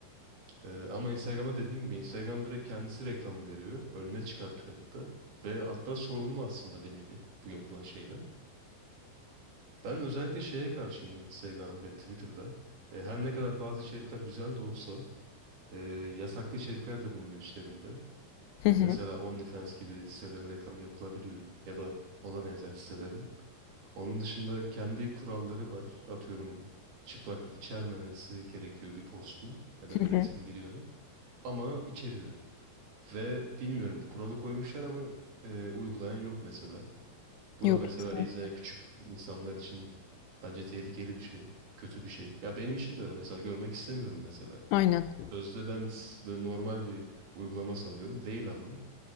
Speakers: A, on the right; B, on the left.
A: Ee, ama Instagram'a dediğin gibi Instagram direkt kendisi reklamı veriyor. Önüne çıkartıyor hatta. Ve hatta sorumlu aslında bir nevi bu yapılan şeyden. Ben özellikle şeye karşıyım Instagram ve Twitter'da. E, her ne kadar bazı içerikler güzel de olsa e, yasaklı içerikler de bulunuyor içlerinde.
B: Hı
A: E,
B: hı.
A: mesela OnlyFans gibi sitelerin reklamı yapılabiliyor ya da ona benzer sitelerin. Onun dışında kendi kuralları var. Atıyorum çıplaklık içermemesi gerekiyor bir postun ya
B: Hı
A: da bir
B: hı.
A: resmin videonun ama içeriyor. Ve bilmiyorum kuralı koymuşlar ama e, uygulayan yok mesela. Bu
B: Yok
A: da mesela
B: kesinlikle.
A: izleyen küçük insanlar için bence tehlikeli bir şey. Kötü bir şey. Ya benim için de öyle. Mesela görmek istemiyorum mesela.
B: Aynen.
A: Sözde ben s- böyle normal bir uygulama sanıyorum. Değil ama.